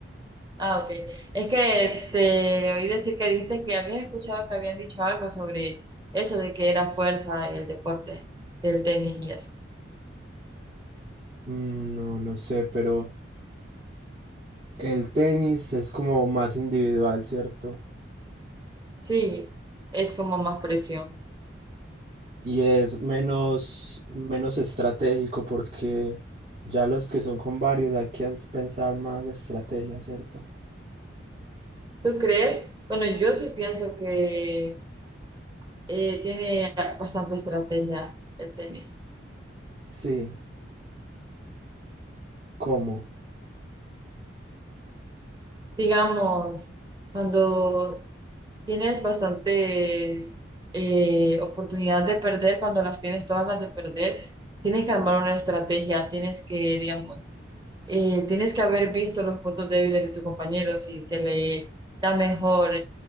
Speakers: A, on the right (about 20°); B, on the right (about 40°).
A: Ah, ok. Es que te oí decir que dijiste que habías escuchado que habían dicho algo sobre eso de que era fuerza el deporte del tenis y eso.
B: Mm, No, no sé, pero El tenis es como más individual, ¿cierto?
A: Sí, es como más presión.
B: Y es menos, menos estratégico porque ya los que son con varios hay que as- pensar más estrategia, ¿cierto?
A: ¿Tú crees? Bueno, yo sí pienso que eh, tiene bastante estrategia el tenis.
B: Sí, ¿cómo?
A: Digamos, cuando tienes bastantes eh, oportunidades de perder, cuando las tienes todas las de perder, tienes que armar una estrategia, tienes que, digamos, eh, tienes que haber visto los puntos débiles de tu compañero, si se le da mejor